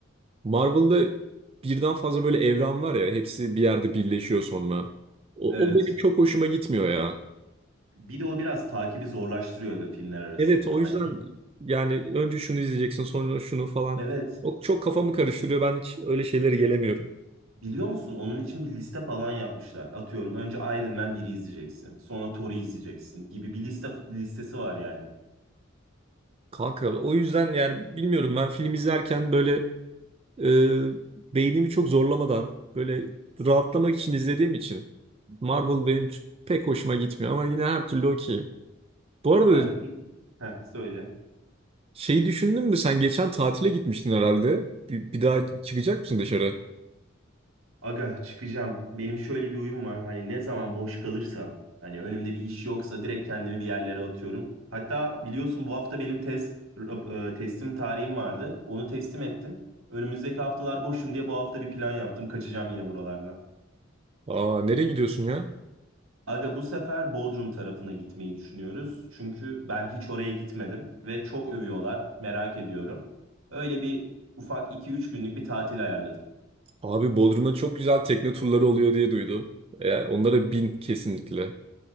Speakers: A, on the right (about 30°); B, on the right (about 80°).
A: Marvel'da birden fazla böyle evren var ya hepsi bir yerde birleşiyor sonra. O,
B: Evet.
A: o benim çok hoşuma gitmiyor ya.
B: Bir de o biraz takibi zorlaştırıyor aga filmler arasında.
A: Evet o yüzden
B: Hani bir-
A: yani önce şunu izleyeceksin sonra şunu falan.
B: evet
A: O çok kafamı karıştırıyor ben hiç öyle şeylere gelemiyorum.
B: Biliyor musun? Onun için bir liste falan yapmışlar. Atıyorum önce Iron Man biri izleyeceksin. Sonra Thor'u izleyeceksin gibi bir liste listesi var yani.
A: Kanka o yüzden yani bilmiyorum ben film izlerken böyle e, beynimi çok zorlamadan böyle rahatlamak için izlediğim için Marvel benim ç- pek hoşuma gitmiyor ama yine her türlü okeyim. Bu arada
B: Aga peki. Heh, söyle.
A: Şeyi düşündün mü? Sen geçen tatile gitmiştin herhalde. Bir, bir daha çıkacak mısın dışarı?
B: Aga çıkacağım. Benim şöyle bir uyum var. Hani ne zaman boş kalırsam hani önümde bir iş yoksa direkt kendimi bir yerlere atıyorum. Hatta biliyorsun bu hafta benim tez e, teslim tarihim vardı. Onu teslim ettim. Önümüzdeki haftalar boşum diye bu hafta bir plan yaptım. Kaçacağım yine buralarda.
A: Aa nereye gidiyorsun ya?
B: Aga bu sefer Bodrum tarafına gitmeyi düşünüyoruz. Çünkü ben hiç oraya gitmedim ve çok övüyorlar. Merak ediyorum. Öyle bir ufak iki üç günlük bir tatil ayarladık.
A: Abi Bodrum'a çok güzel tekne turları oluyor diye duydum. E, onlara bin kesinlikle.